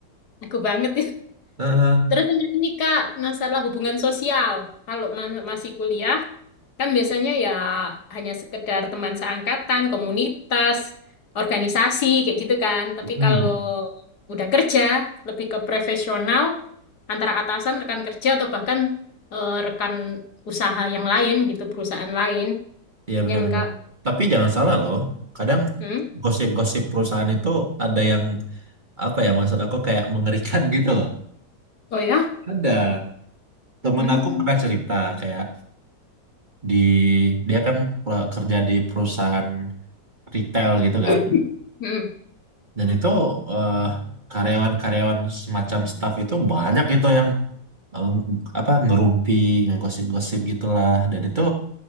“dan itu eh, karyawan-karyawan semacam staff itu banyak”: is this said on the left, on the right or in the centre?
Right